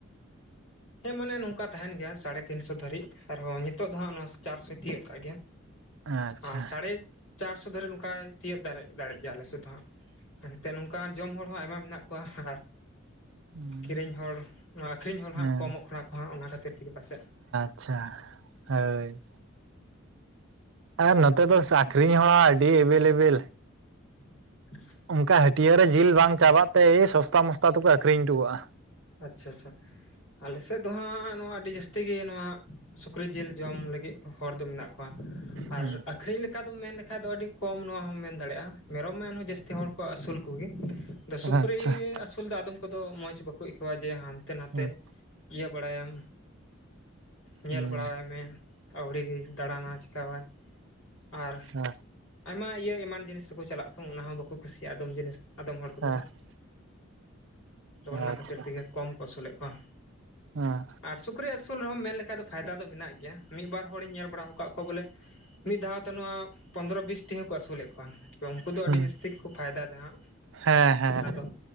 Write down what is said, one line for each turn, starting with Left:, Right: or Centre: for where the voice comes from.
Left: ᱦᱮᱸ ᱢᱟᱱᱮ ᱱᱚᱝᱠᱟ ᱛᱟᱦᱮᱱ ᱜᱮᱭᱟ ᱥᱟᱲᱮ ᱛᱤᱱᱥᱚ ᱫᱷᱟᱹᱨᱤᱡ ᱟᱨᱦᱚᱸ ᱧᱤᱛᱚᱜ ᱫᱚ ᱦᱟᱸᱜ ᱱᱚᱣᱟ ᱪᱟᱨᱥᱚ ᱛᱤᱭᱟᱹᱜ ᱠᱟᱜ ᱜᱮᱭᱟ᱾
Right: ᱟᱪᱪᱷᱟ
Left: ᱟᱨ ᱥᱟᱲᱮ ᱪᱟᱨᱥᱚ ᱫᱷᱟᱹᱨᱤᱡ ᱱᱚᱠᱟᱭ ᱛᱤᱭᱟᱹᱜ ᱫᱟᱲᱮᱜ ᱫᱟᱲᱮᱜ ᱜᱮᱭᱟ ᱟᱞᱮ ᱥᱮᱜ ᱫᱚ ᱦᱟᱸᱜ᱾ ᱮᱱᱛᱮᱜ ᱱᱚᱝᱠᱟᱱ ᱡᱚᱢ ᱦᱚᱲ ᱦᱚᱸ ᱟᱭᱢᱟ ᱢᱮᱱᱟᱜ ᱠᱚᱣᱟ ᱟᱨ
Right: ᱦᱮᱸ
Left: ᱠᱤᱨᱤᱧ ᱦᱚᱲ ᱟᱹᱠᱷᱨᱤᱧ ᱦᱚᱲ
Right: ᱦᱮᱸ
Left: ᱦᱟᱸᱜ ᱠᱚᱢᱚᱜ ᱠᱟᱱᱟ ᱠᱚ ᱦᱟᱸᱜ ᱚᱱᱟ ᱠᱷᱟᱹᱛᱤᱨ ᱛᱮᱜᱮ ᱯᱟᱥᱮᱜ
Right: ᱟᱪᱪᱷᱟ ᱦᱳᱭ ᱟᱨ ᱱᱚᱛᱮ ᱫᱚ ᱥᱠᱨᱤᱧ ᱦᱚᱸ ᱟᱹᱰᱤ ᱮᱵᱮᱞ ᱮᱵᱮᱞ᱾
Left: <inaudible>
Right: ᱚᱱᱠᱟ ᱦᱟᱹᱴᱭᱮ ᱡᱤᱞ ᱵᱟᱝ ᱪᱟᱵᱟᱜ ᱛᱮ ᱥᱚᱥᱛᱟ ᱢᱚᱥᱛᱟ ᱛᱮᱠᱚ ᱟᱹᱠᱷᱨᱤᱧᱟ ᱦᱚᱴᱚ ᱠᱚᱜᱼᱟ᱾
Left: ᱟᱪᱪᱷᱟ ᱪᱷᱟ ᱪᱷᱟ᱾ ᱟᱞᱮ ᱥᱮᱫ ᱫᱚ ᱦᱟᱸᱜ ᱱᱚᱶᱟ ᱟᱹᱰᱤ ᱡᱟᱹᱥᱛᱤ ᱜᱮ ᱱᱚᱶᱟ ᱥᱩᱠᱨᱤ ᱡᱤᱞ ᱡᱚᱢ ᱞᱟᱹᱜᱤᱫ ᱦᱚᱲ ᱫᱚ ᱢᱮᱱᱟᱜ ᱟᱨ
Right: ᱦᱩᱸ
Left: ᱟᱹᱠᱷᱨᱤᱧ ᱞᱮᱠᱟ ᱫᱚᱢ ᱢᱮᱱ ᱞᱮᱠᱷᱟᱱ ᱫᱚ ᱟᱹᱰᱤ ᱠᱚᱢ ᱱᱚᱣᱟ ᱦᱚᱸᱚᱢ ᱢᱮᱱ ᱫᱟᱲᱮᱭᱟᱜᱼᱟ᱾ ᱢᱮᱨᱚᱢ ᱢᱟ ᱮᱱ ᱦᱚᱸ ᱡᱟᱹᱥᱛᱤ ᱦᱚᱲ ᱠᱚ ᱟᱹᱥᱩᱞ ᱠᱚᱜᱮ ᱟᱫᱚ ᱥᱩᱠᱨᱤ
Right: ᱟᱪᱪᱷᱟ
Left: ᱟᱹᱥᱩᱞ ᱫᱚ ᱟᱫᱚᱢ ᱠᱚᱫᱚ ᱢᱚᱡᱽ ᱵᱟᱠᱚ ᱟᱹᱠᱟᱹᱜ ᱠᱚᱣᱟ ᱡᱮ ᱦᱟᱱᱛᱮ ᱱᱷᱟᱛᱮ
Right: ᱦᱩᱸ
Left: ᱤᱭᱟᱹ ᱵᱟᱲᱟᱭᱟᱢ ᱧᱮᱞ
Right: ᱦᱩᱸ
Left: ᱵᱟᱲᱟᱭᱟᱭ ᱢᱮ ᱟᱹᱣᱨᱤᱤᱜᱮ ᱫᱟᱬᱟᱱᱟ ᱪᱤᱠᱟᱹᱣᱟᱭ ᱟᱨ
Right: ᱦᱮᱸ
Left: ᱟᱭᱢᱟ ᱤᱭᱟᱹ ᱮᱢᱟᱱ ᱡᱤᱱᱤᱥ ᱨᱮᱠᱚ ᱪᱟᱞᱟᱜ ᱟ ᱛᱚ ᱚᱱᱟ ᱦᱚᱸ ᱵᱟᱠᱚ ᱠᱩᱥᱤᱭᱟᱜᱼᱟ ᱟᱫᱚᱢ ᱡᱤᱱᱤᱥ ᱟᱫᱚᱢ ᱦᱚᱲ ᱠᱚᱫᱚ
Right: ᱦᱮᱸ
Left: ᱦᱟᱸᱜ ᱚᱱᱟ
Right: ᱟᱪᱪᱷᱟ
Left: ᱠᱷᱟᱹᱛᱤᱨ ᱛᱮᱜᱮ ᱠᱚᱢ ᱠᱚ ᱟᱹᱥᱩᱞᱮᱫ ᱠᱚᱣᱟ
Right: ᱦᱮᱸ
Left: ᱟᱨ ᱥᱩᱠᱨᱤ ᱟᱹᱥᱩᱞ ᱨᱮᱦᱚᱸ ᱢᱮᱱ ᱞᱮᱠᱷᱟᱡ ᱫᱚ ᱯᱷᱟᱭᱫᱟ ᱫᱚ ᱢᱮᱱᱟᱜ ᱜᱮᱭᱟ ᱢᱤᱫ ᱵᱟᱨ ᱦᱚᱲᱤᱧ ᱧᱮᱞ ᱵᱟᱲᱟ ᱟᱠᱟᱫ ᱠᱚᱣᱟ ᱵᱚᱞᱮ ᱢᱤᱫ ᱫᱷᱟᱣ ᱛᱮ ᱱᱚᱶᱟ ᱯᱚᱸᱫᱽᱨᱚ ᱵᱤᱥ ᱴᱤᱡ ᱠᱚ ᱟᱹᱥᱩᱞᱮᱫ ᱩᱱᱠᱩ ᱫᱚ ᱟᱹᱰᱤ
Right: ᱦᱩᱸ
Left: ᱡᱟᱹᱥᱛᱤ ᱜᱮᱠᱚ ᱯᱷᱟᱭᱫᱟ ᱮᱫᱟ ᱦᱟᱸᱜ
Right: ᱦᱮᱸ ᱦᱮᱸ
Left: ᱟᱫᱚ